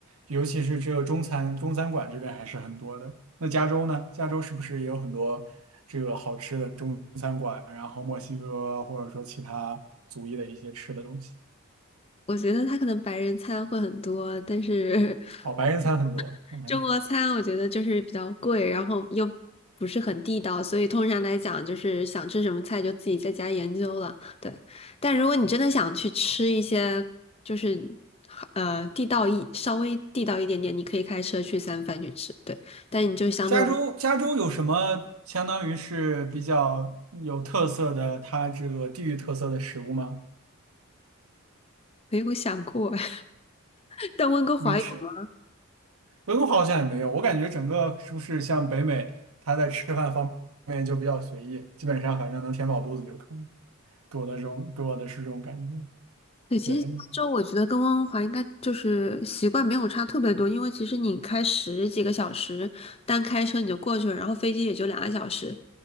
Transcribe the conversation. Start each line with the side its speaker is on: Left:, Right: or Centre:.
Right: 尤其是这个中餐中餐馆这边还是很多的。那加州呢？加州是不是也有很多这个好吃的中餐馆？然后墨西哥或者说其他族裔的一些吃的东西？
Left: 我觉得他可能白人餐会很多，但是
Right: 哦，白人餐很多。
Left: <laughs>
Right: OK。
Left: 中国餐我觉得就是比较贵，然后又不是很地道，所以通常来讲就是想吃什么菜就自己在家研究了。对，但如果你真的想去吃一些就是呃地道一稍微地道一点点，你可以开车去三藩去吃。对，但你就相对
Right: 加州，加州有什么相当于是比较有特色的，它这个地域特色的食物吗？
Left: 没有想过，<laughs> 但温哥华有吗？
Right: 没吃，温哥华好像也没有。我感觉整个是不是像北美，它在吃饭方面就比较随意，基本上反正能填饱肚子就可以，给我的这种给我的是这种感觉。
Left: 对，其实加州我觉得跟温哥华应该就是习惯没有差特别多，
Right: 对，
Left: 因为其实你开十几个小时，单开车你就过去了，然后飞机也就两个小时，